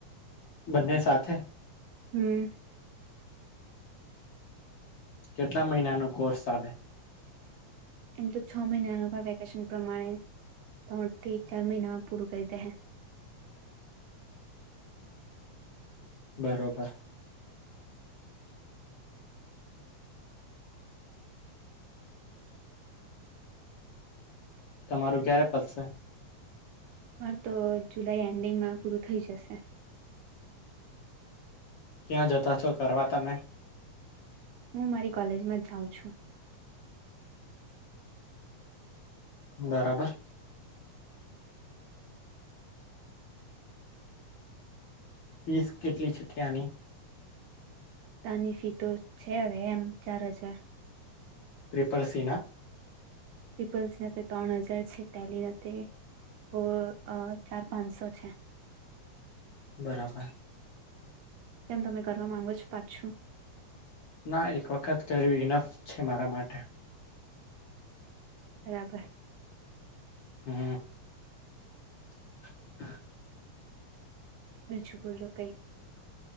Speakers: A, on the left (about 55°); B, on the right (about 75°).
A: બંને સાથે
B: હમ.
A: કેટલા મહિનાનો કોર્સ આવે
B: એમ તો છ મહિનાનો આ વેકેશન પ્રમાણે ત્રણથી ચાર મહિનામાં પૂરું કરી દેહે
A: બરોબર. તમારું ક્યારે પતશે?
B: માર તો જુલાઈ એન્ડિંગમાં પૂરું થઈ જશે
A: ક્યાં જતા છો કરવા તમે?
B: હું મારી કોલેજમાં જ જાઉં છું.
A: બરાબર. ફીસ કેટલી છે ત્યાની?
B: તાની ફી તો છે, હવે એમ ચાર હજાર
A: ટ્રિપલ સી ના
B: ત્રિપલ સી હાથે ત્રણ હજાર છે, ટેલીના તે ઓ અ ચાર પાંચસો છે.
A: બરાબર.
B: કેમ તમે કરવા માંગો છો પાછું?
A: ના એક વખત કર્યું ઈનફ છે, મારા માટે
B: બરાબર.
A: હમ્મ. <inaudible>
B: બીજું બોલો કંઈ